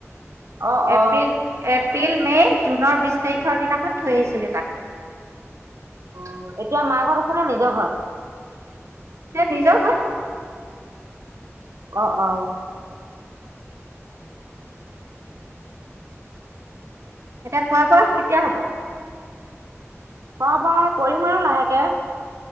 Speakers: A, on the right; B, on the right.
A: অ অ
B: এপ্ৰিল এপ্ৰিল মে' জুনৰ বিছ তাৰিখৰ দিনাখন থৈ আহিছোগে তাক।
A: অ এতিয়া মা ঘৰ আছে নে নিজৰ ঘৰত?
B: এ নিজৰ ঘত।
A: অ অ।
B: এতিয়া খোৱা বোৱা কেতিয়া হ'ব?
A: খোৱা বোৱা কৰিম আৰু লাহেকে।